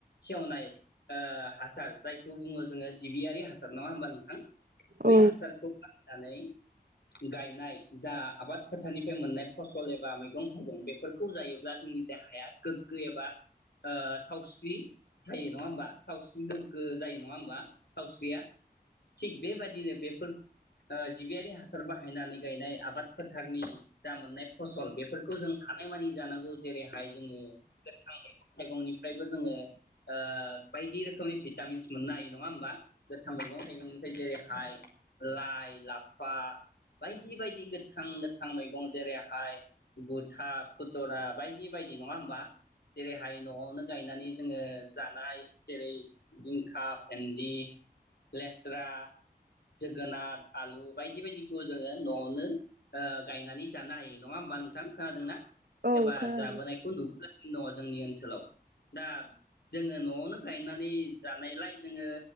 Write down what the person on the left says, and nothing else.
सेवनाय ओ हासार जाय खौ बुङो जोङो जिबियारि हासार नङा होमबा नोंथां बे
हासारखौ दानै गायनाय जा आबाद फोथारनिफ्राय मोननाय फसल एबा मैगं-थाइगं बेफोर खौ जायोब्ला जोंनि देहाया गोग्गो एबा ओ सावस्रि थायो नङा होमबा सावस्रि गोग्गो नङा होमबा सावस्रिया थिग बेबायदिनो बेफोर ओ जिबियारि हासार बाहायनानै गायनाय आबाद फोथारनि जा मोननाय फसल बेफोरखौ जों हान फ्रायमानि जानांगौ जेरैहाय जोङो <unintelligible> गोथां मे <unintelligible> थाइगंनिफ्रायबो जोङो ओ बायदि रोखोमनि बिस मोननो हायो नङा होमबा गोथां मैगं-थाइगंनिफ्राय जेरैहाय लाइ-लाफा बायदि बायदि गोथां-गोथां मैगं जेरैहाय गुथा खुथुरा बायदि बायदि नङा होमबा जेरैहाय न'आवनो गायनानै जोङो जानाय जेरै जिंखा, भेन्दि, लेस्रा, जोगोनार, आलु बायदि बायदिखौ जोङो न'आवनो ओ गायनानै जानो हायो नङा होमबा नोंथां खोनादोंना?
एबा
जाबोनायखौ नुबोगासिनो दङ जोंनि ओनसो हेलौ दा जोङो नआवनो गायनानै जानायलाय जोङो